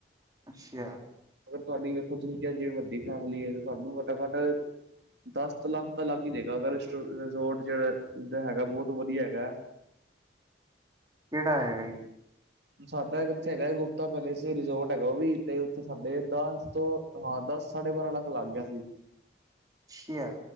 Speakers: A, on the right; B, on the right.
A: ਅੱਛਿਆ।
B: ਅਗਰ ਤੁਹਾਡੀ ਵੇਖੋ ਤੁਸੀਂ ਕਿਹਾ ਜੇ ਵੱਡੀ ਫੈਮਿਲੀ ਐ ਤਾਂ ਤੁਹਾਨੂੰ ਘੱਟੋ ਘੱਟ ਦਸ ਲੱਖ ਤਾਂ ਲੱਗ ਈ ਜਾਏਗਾ ਅਗਰ ਰਿਜੋਰਟ ਜਿਹੜਾ ਹੈਗਾ ਬਹੁਤ ਵਧੀਆ ਹੈਗਾ
A: ਕਿਹੜਾ ਹੈਗਾ ਜੀ?
B: ਸਾਡਾ ਕਿੱਥੇ ਹੈਗਾ ਗੁਪਤਾ ਪੈਲੇਸ ਰਿਜੋਰਟ ਹੈਗਾ ਉਹ ਵੀ ਤੇ ਉੱਥੇ ਸਾਡੇ ਇਦਾਂ ਤੋਂ ਹਾਂ ਦਸ ਸਾਢੇ ਬਾਰਾਂ ਲੱਖ ਲੱਗ ਗਿਆ ਸੀ।
A: ਅੱਛਿਆ